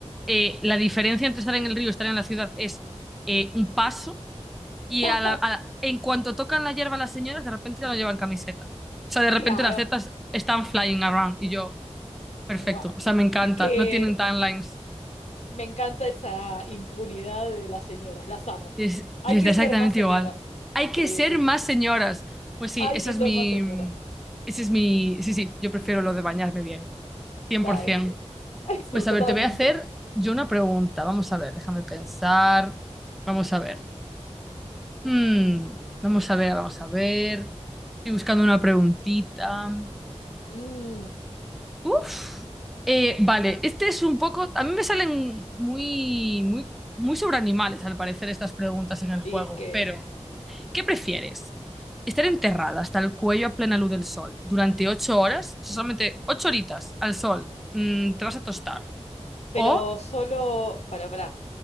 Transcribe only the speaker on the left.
<laughs>
Claro.
Wow.
Es que
me encanta esa impunidad de las señoras. Las amo.
Hay
que
ser más señoras.
Sí,
sí, sí,
Hay
que
ser
más señoras.
Dale.
<laughs> Ay, Sí,
totalmente.
Mm,
y
es que,
a ver.
Pero
solo, para, para,